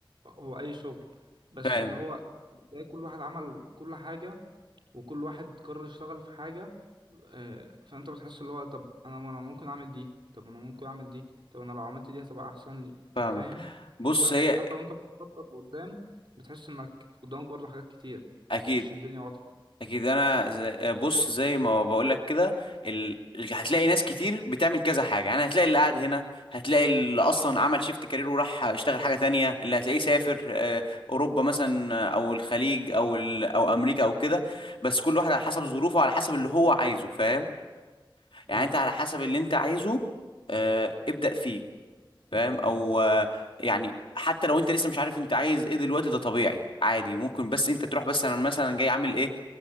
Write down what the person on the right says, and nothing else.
هو أي شغل بس
اللي هو تلاقي كل واحد عمل كل حاجة وكل واحد قرر يشتغل في حاجة آه، فأنت بتحس اللي هو طب أنا أنا ممكن أعمل دي طب أنا ممكن أعمل دي طب أنا لو عملت دي هتبقى أحسن لي
فاهم
أنت أنت
حتى وأنت بتخطط لقدام بتحس إنك قدامك برضه حاجات كتير
مش الدنيا واضحة
مم.
اي